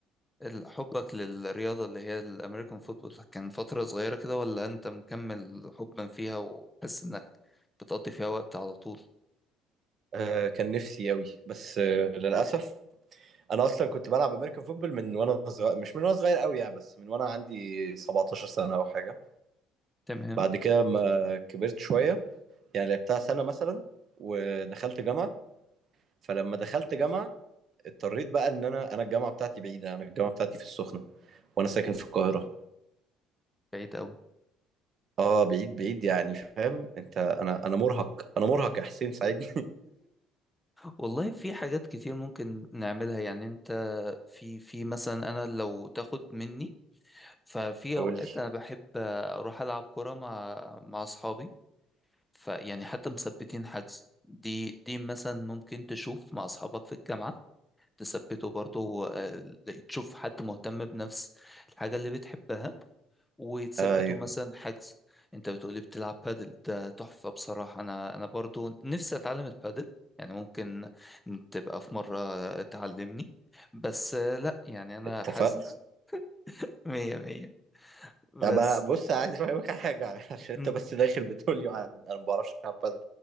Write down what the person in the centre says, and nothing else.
ال- حبك للرياضة اللي هي الأمريكان فوتبول كان فترة صغيرة كده ولا أنت مكمل حبا فيها وحاسس إنك بتقضي فيها وقت على طول
تمام
بعيد أوي
والله في حاجات كتير ممكن نعملها يعني أنت في في مثلا أنا لو تاخد مني ففي
أوقات
أنا بحب أروح ألعب كورة مع مع أصحابي فيعني حتى مثبتين حجز دي دي مثلا ممكن تشوف مع أصحابك في الجامعة تثبته برضه آه، تشوف حد مهتم بنفس الحاجة اللي بتحبها وتثبته
مثلا حجز انت بتقولي بتلعب بادل ده تحفة بصراحة انا انا برضه نفسي اتعلم البادل يعني ممكن تبقى في مرة تعلمني بس آه، لا يعني انا
حاسس <laughs> مية مية بس
مم.